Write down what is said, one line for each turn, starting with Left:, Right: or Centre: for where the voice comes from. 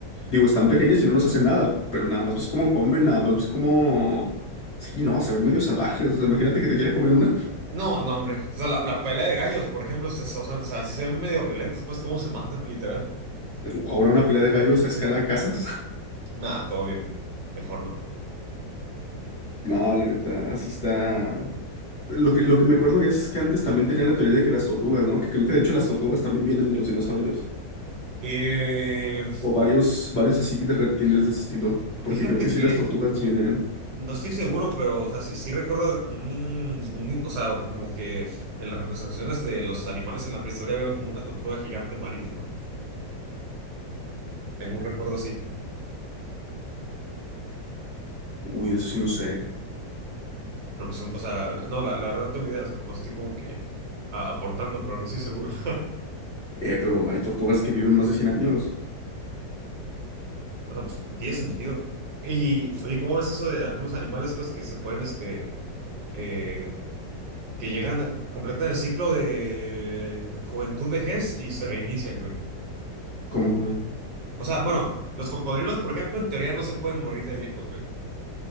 Left: digo, están pequeñas y no nos hacen nada, pero nada más ves cómo comen, nada más ves cómo... Sí, no, se ven medio salvajes. O sea, imagínate que te quiera comer una.
Right: No, no, hombre. O sea, la, la pelea de gallos, por ejemplo, se, o sea, o sea, si se ven medio violentos, pues cómo se matan, literal.
Left: <laughs> Ahora una pelea de gallos a escala de casas. <laughs>
Right: Nada, todo bien. Mejor no.
Left: No, la neta, sí está... Lo que, lo que me acuerdo es que antes también tenían la teoría de que las tortugas, ¿no? Que creo que de hecho las tortugas también vienen de los dinosaurios.
Right: Eh,
Left: O varios, varios así de reptiles de ese estilo. Porque
Right: fíjate
Left: creo que sí
Right: que
Left: las
Right: n-
Left: tortugas vienen...
Right: no estoy seguro, pero o sea, sí, sí recuerdo un, un- o sea, como que en las representaciones de los animales en la prehistoria había como una tortuga gigante marítima. Tengo un recuerdo así.
Left: Uy, de eso sí no sé.
Right: Pero pues, o sea, no, la, la verdad no tengo idea, o sea, nomás estoy como que a- aportando, pero no estoy seguro. <laughs>
Left: Eh, pero hay tortugas que viven más de 100 años.
Right: O sea, pues tiene sentido. Y, oye, ¿cómo ves eso de algunos animales, pues, que se pueden, este, eh, que llegan a completar el ciclo de juventud, vejez y se reinician, güey?
Left: ¿Cómo, cómo?
Right: O sea, bueno, los cocodrilos, por ejemplo, en teoría no se pueden morir de viejos, güey.